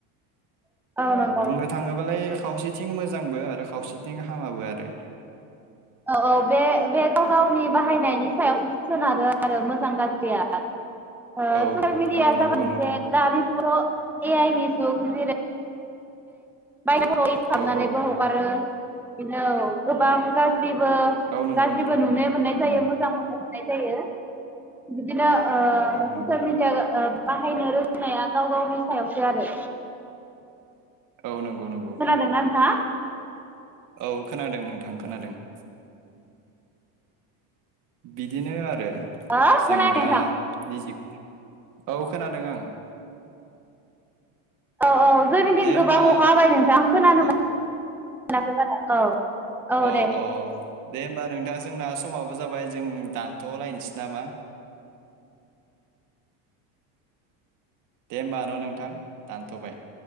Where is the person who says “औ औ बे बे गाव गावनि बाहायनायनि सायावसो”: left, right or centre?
Centre